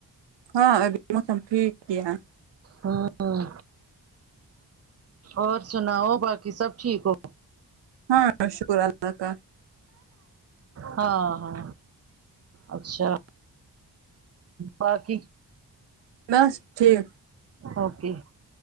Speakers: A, on the right (about 80°); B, on the right (about 35°).
A: ہاں ا بھی موسم ٹھیک ہی ہے
B: ہمم اور سناؤ باقی سب ٹھیک ہو
A: ہاں شکر اللہ کا
B: ہاں ہاں اچھا باقی
A: میںس ٹھیک
B: اوکے